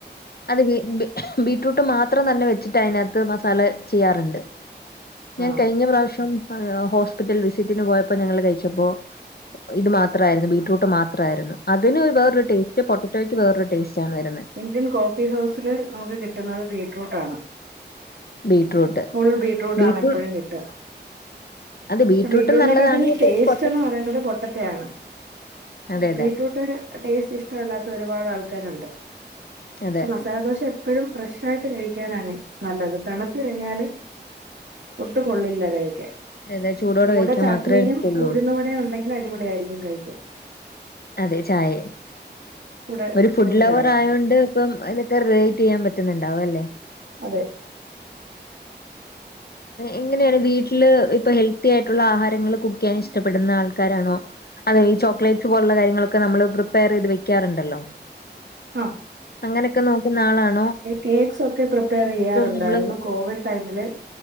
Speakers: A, on the left; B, on the right.
A: അത് ബീ ബീറ്റ്റൂട്ട് മാത്രം തന്നെ വെച്ചിട്ട് അതിനകത്ത് മസാല ചെയ്യാറുണ്ട് ഞാൻ
B: ആ
A: കഴിഞ്ഞ പ്രാവശ്യം ഹോസ്പിറ്റൽ വിസിറ്റിന് പോയപ്പോ ഞങ്ങള് കഴിച്ചപ്പോ ഇത് മാത്രായിരുന്നു ബീറ്റ്റൂട്ട് മാത്രായിരുന്നു അതിന് വേറൊരു ടേസ്റ്റ് പൊട്ടറ്റോയ്ക്ക് വേറൊരു ടേസ്റ്റ് ആണ് വരുന്നെ
B: ഇന്ത്യൻ കോഫി ഹൗസില് നമുക്ക് കിട്ടുന്നത് ബീറ്റ്റൂട്ട് ആണ്
A: ബീറ്റ്റൂട്ട്
B: ഫുൾ ബീറ്റ്റൂട്ട്
A: ബീറ്റ്റൂ
B: ആണ് എപ്പഴും കിട്ട
A: അത്
B: പക്ഷെ
A: ബീറ്റ്റൂട്ടും
B: ബീറ്റ്റൂട്ടിനേക്കാട്ടും
A: നല്ലതാണ് ഇപ്പൊ
B: ടേസ്റ്റ്ന്ന്
A: പൊട്ട
B: പറയുന്നത് പൊട്ടറ്റ ആണ്
A: അതെ അതെ
B: ബീറ്റ്റൂട്ട് ടേസ്റ്റ് ഇഷ്ടല്ലാത്ത ഒരുപാട് ആൾക്കാരുണ്ട്
A: അതെ
B: പക്ഷെ മസാലദോശ എപ്പഴും ഫ്രഷ് ആയിട്ട് കഴിക്കാനാണ് നല്ലത് തണുത്ത് കഴിഞ്ഞാല് ഒട്ടും കൊള്ളില്ല കഴിക്കാൻ
A: <unintelligible>
B: കൂടെ ചട്നിയും
A: മാത്രമേ കൊള്ളൂ
B: ഉഴുന്ന് വടയും ഉണ്ടെങ്കിൽ അടിപൊളിയായിരിക്കും കഴിക്കാൻ
A: അതെ ചായെ
B: കൂടെ
A: ഒരു ഫുഡ്
B: ചൂട്
A: ലവർ
B: ചായ
A: ആയോണ്ട് ഇപ്പം ഇതൊക്കെ റിലേറ്റെയ്യാൻ പറ്റുന്നുണ്ടാവല്ലേ
B: അതെ
A: എങ്ങനെയാണ് വീട്ടില് ഇപ്പൊ ഹെൽത്തി ആയിട്ടുള്ള ആഹാരങ്ങള് കുക്കെയ്യാൻ ഇഷ്ടപ്പെടുന്ന ആൾക്കാരാണോ അതെ ഈ ചോക്ലേറ്റ് പോലുള്ള കാര്യങ്ങളൊക്കെ നമ്മള് പ്രിപ്പയറെയ്ത് വെക്കാറുണ്ടല്ലോ
B: ആ
A: അങ്ങനെയൊക്കെ നോക്കുന്ന ആളാണ്
B: കേക്സൊക്കെ പ്രിപ്പയറെയ്യാറുണ്ടായിരുന്നു
A: നമ്മള്
B: കോവിഡ് ടൈമില്